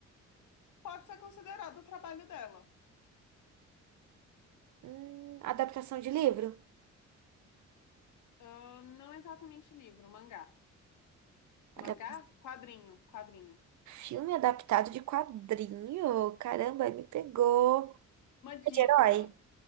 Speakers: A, on the left; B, on the right.
A: pode ser considerado o trabalho dela.
B: Hum, adaptação de livro?
A: Ah, não exatamente livro, mangá. Mangá?
B: Adap-
A: Quadrinho, quadrinho.
B: Filme adaptado de quadrinho? Caramba, aí me pegou.
A: Uma dica.
B: É de herói?